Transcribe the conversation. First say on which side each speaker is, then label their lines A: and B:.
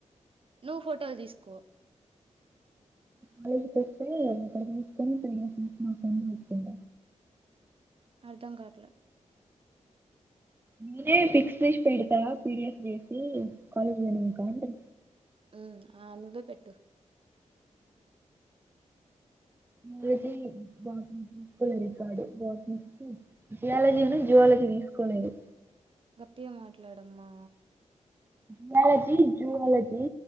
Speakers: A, on the right (about 45°); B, on the right (about 15°).
A: నువ్వు ఫోటోలు తీసుకో
B: కనికు వతుంట
A: అర్ధం కాట్లు
B: నేనే ఫిక్స్ ఫిష్ పెడతా పీడిఎఫ్ చేసి కాలేజ్ లోనే ఉంటమండి
A: మ్మ్ ఆ నువ్వే పెట్టు
B: కాలజీ గ తీసుకోలేదు కాడు బ జియాలజీ జివాలజీ తీసుకోలేదు
A: గట్టిగా మాట్లాడమ్మా
B: జయాలజీ జువాలజీ